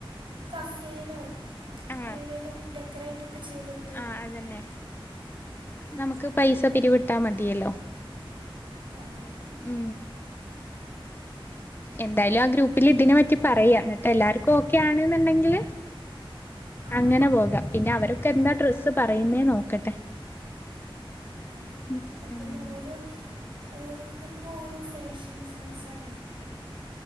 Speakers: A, on the right (about 65°); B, on the left (about 25°).
A: കഫേലോ
B: ആഹ്
A: എവ്ടെലും ടെക് ക്രേറ്റൊക്കെ ചെയ്തിട്ട്
B: ആഹ് അതന്നെ നമുക്ക് പൈസ പിരിവിട്ടാ മതിയല്ലോ
A: അതെ അതെ
B: ഉം എന്തായാലും ആ ഗ്രൂപ്പിൽ ഇതിനെ പറ്റി പറയാ എന്നിട്ട് എല്ലാർക്കും ഓക്കെ ആണ്ന്നുണ്ടെങ്കില്
A: ആ
B: അങ്ങനെ പോകാം പിന്നെ അവരൊക്കെ എന്താ
A: അതെ
B: ഡ്രസ്സ് പറയുന്നേ നോക്കട്ടെ
A: അതെ
B: ഉം
A: ഇപ്പൊപ്പിന്നെ
B: ഉം
A: ഒര് ഓ ഓരോര്ത്തർക്കും ഓരോ ഫാഷൻ സെൻസാണല്ലോ,